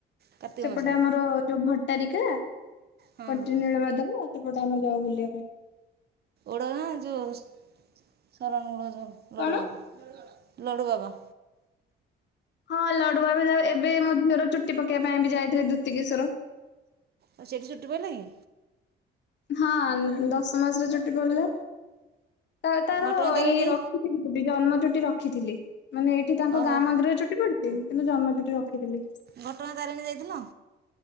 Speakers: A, on the right; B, on the left.
A: କାର୍ତ୍ତିକ
B: ସେପଟେ
A: ମାସରେ
B: ଆମର ଯୋଉ ଭଟ୍ଟାରିକା
A: ହଁ
B: କଣ୍ଟିନ୍ୟୁଳ
A: ହଁ
B: <unintelligible> ସେପଟେ ଆମେ ଯାଉ ବୁଲିବା ପାଇଁ।
A: ଓଡ଼ ନା ଯେଉଁ ଶରଣ ଗୋଡ଼ ଯେଉଁ ଲଡ଼ବାବ
B: କଣ
A: ଲଡ଼ୁବାବା।
B: ହଁ ଲଡୁଆ ବାବା ଯାଉ ଏବେ ମୋ ଝିଅର ଚୁଟି ପକେଇବା ପାଇଁ ବି ଯାଇଥିଲୁ ଦ୍ୟୁତିକେଶବର।
A: ଆଉ ସେଇଠି ଚୁଟି ପଇଲା କି?
B: ହଁ ଦଶ ମାସରେ ଚୁଟି ପଡ଼ଲେ ତା ତାର
A: ଘଟଗାଁ ତାରିଣୀ
B: ଏଇ ରଖିଥିଲି ଚୁଟି ଜନ୍ମ ଚୁଟି ରଖିଥିଲି ମାନେ ଏଇଠି ତାଙ୍କ
A: ଓହୋ
B: ଗାଁ ମନ୍ଦିରରେ ଚୁଟି ପଡିବ। ତିନ ତିନ ଜନ୍ମ ଚୁଟି ରଖିଥିଲି।
A: ଘଟଙ୍ଗା ତାରିଣୀ ଯାଇଥିଲ?